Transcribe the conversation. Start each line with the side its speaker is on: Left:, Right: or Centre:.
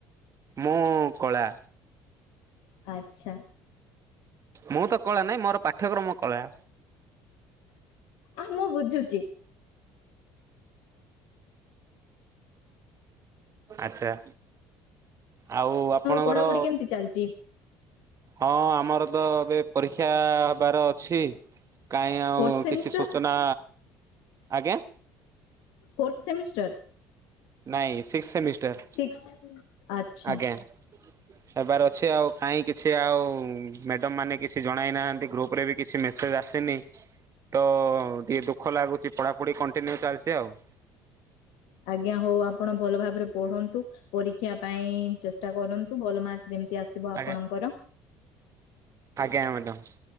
Right: ମୁଁ କଳା।
Left: ଆଚ୍ଛା।
Right: ମୁଁ ତ କଳା ନାଇଁ ମୋର ପାଠ୍ୟକ୍ରମ କଳା।
Left: ଆହା ମୁଁ ବୁଝୁଛି।
Right: ଆଚ୍ଛା ଆଉ ଆପଣଙ୍କର
Left: ପଢାପଢି କେମିତି ଚାଲିଛି
Right: ହଁ ଆମର ତ ଏବେ ପରୀକ୍ଷା ହବାର ଅଛି। କାଇଁ ଆଉ
Left: ଫୋର୍ଥ ସେମିଷ୍ଟର
Right: କିଛି ସୂଚନା ଆଜ୍ଞା
Left: ଫୋର୍ଥ ସେମିଷ୍ଟର
Right: ନାଇଁ ସିକ୍ସ ସେମିଷ୍ଟାର
Left: ସିକ୍ସଥ ଆଚ୍ଛା
Right: ଆଜ୍ଞା। ହେବାର ଅଛି ଆଉ କାଇ କିଛି ଆଉ ମ୍ୟାଡାମ୍ ମାନେ କିଛି ଜଣାଇନାହାନ୍ତି ଗ୍ରୁପ ରେ ବି। କିଛି ମେସେଜ ଆସିନି ତ ଟିକେ ଦୁଃଖ ଲାଗୁଛି ପଢ଼ାପଢ଼ି କଣ୍ଟିନ୍ୟୁ ଚାଲିଛି ଆଉ।
Left: ଆଜ୍ଞା ହଉ ଆପଣ ଭଲ ଭାବରେ ପଢ଼ନ୍ତୁ। ପରୀକ୍ଷା ପାଇଁ ଚେଷ୍ଟା କରନ୍ତୁ ଭଲ ମାର୍କ ଯେମିତି ଆସିବ ଆପଣଙ୍କର
Right: ଆଜ୍ଞା ଆଜ୍ଞା ମ୍ୟାଡ଼ାମ।